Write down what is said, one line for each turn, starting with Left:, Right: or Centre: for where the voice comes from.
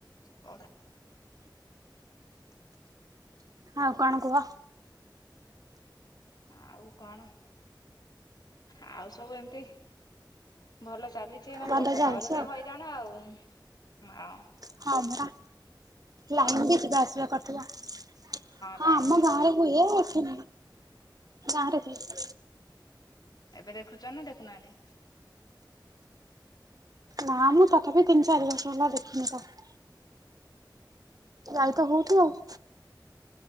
Left: କଣ ଟା?
Right: ଆଉ କଣ କୁହ?
Left: ଆଉ କଣ। ଆଉ ସବୁ ଏମତି ଭଲ ଚାଲିଛି। ସେ ଏଇନା
Right: ଭଲ
Left: ବର୍ଷା
Right: ଚାଲିଛି
Left: ପାଗ ତ ଟିକେ
Right: ଆଉ
Left: ହଇରାଣ ଆଉ, ହାଁ
Right: ହଁ ପରା ଲାଇନ ବି ଯିବା ଆସିବା କରୁଥିଲା। ହଁ
Left: ଲାଇନ
Right: ଆମ
Left: ବି ନଥିଲା
Right: ଗାଁ ରେ ହୁଏ ଏଠି ଗାଁରେ ହୁଏ।
Left: ଏବେ ଦେଖୁଛ ନା ଦେଖୁନାହାନ୍ତି?
Right: ନା ମ ତଥାପି ତିନି ଚାରି ବର୍ଷ ହେଲା ଦେଖିନି ତାକୁ। ଗାାଇ
Left: ଓହୋ
Right: ତ ହଉଥିଲେ ଆଉ।